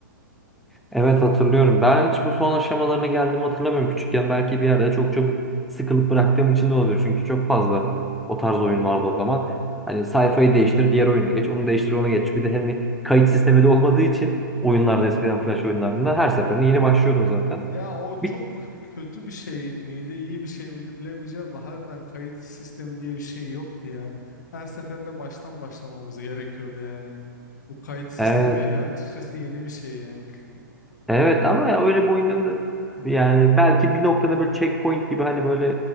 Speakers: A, in the centre; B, on the left.
A: Evet hatırlıyorum. Ben hiç bu son aşamalarına geldiğimi hatırlamıyorum. Küçükken belki bir yerde çok çabuk sıkılıp bıraktığım için de olabilir. Çünkü çok fazla o tarz oyun vardı o zaman. Hani sayfayı değiştir, diğer oyuna geç, onu değiştir, ona geç. Bir de hani kayıt sistemi de olmadığı için oyunlarda eskiden flash oyunlarında her seferinde yeni başlıyordun zaten.
B: Ya o
A: Bir,
B: çok kötü bir şey miydi, iyi bir şey miydi bilemeyeceğim de harbiden kayıt sistemi diye bir şey yoktu ya. Her seferinde baştan başlamamız gerekiyordu yani. Bu kayıt sistemi
A: evet
B: açıkçası yeni bir şey yani.
A: Evet ama ya öyle bir oyunda da yani belki bir noktada böyle checkpoint gibi hani böyle